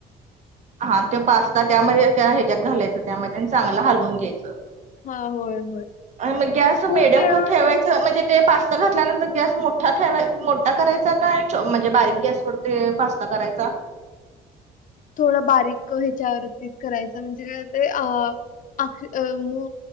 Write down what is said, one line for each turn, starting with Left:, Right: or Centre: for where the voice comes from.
Right: हा त्यो पास्ता त्यामध्ये त्या ह्याच्यात घालायचं त्यामध्ये आणि चांगलं हलवून घ्यायचं
Left: हा होय होय
Right: अ मग गॅस
Left: खूप
Right: मेडम
Left: वेळ
Right: का ठेवायचं म्हणजे ते पास्त घातल्यानंतर गॅस मोठा ठेवाय मोठा करायचा का आणि म्हणजे बारीक गॅसवर? ते पास्ता करायचा?
Left: थोडा बारीक ह्याच्यावरती करायचं म्हणजे काय होतय अ अ अ मो